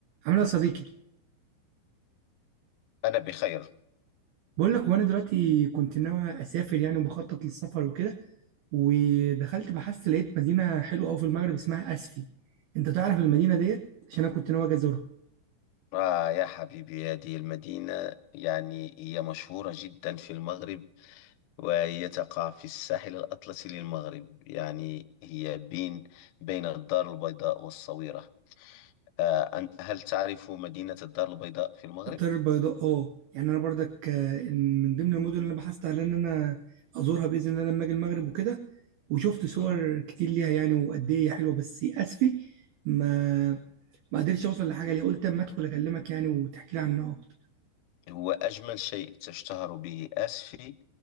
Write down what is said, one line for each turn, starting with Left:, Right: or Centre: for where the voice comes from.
Right: عامل ايه يا صديقي
Left: أنا بخير
Right: بقول لك وانا دلوقتي كنت ناوي اسافر يعني وبخطط للسفر وكده ودخلت بحثت لقيت مدينه حلوه قوي في المغرب اسمها اسفي انت تعرف المدينه ديت عشان انا كنت ناوي أجي ازورها
Left: آه يا حبيبي هذه المدينة يعني هي مشهورة جدا في المغرب وهي تقع في الساحل الأطلسي للمغرب يعني هي بين بين الدار البيضاء والصويرة آه أن- هل تعرف مدينة الدار البيضاء في المغرب؟
Right: الدار البيضاء اه يعني انا برضك آه، من ضمن المدن اللي أنا بحثت على ان انا ازورها باذن الله لما اجي المغرب وكده وشفت صور
Left: مم.
Right: كتير ليها يعني وقد ايه هي حلوه بس اسفي ما ما قدرتش اوصل لحاجه ليها قلت اما ادخل اكلمك يعني وتحكي لي عنها أكتر.
Left: هو أجمل شيء تشتهر به آسفي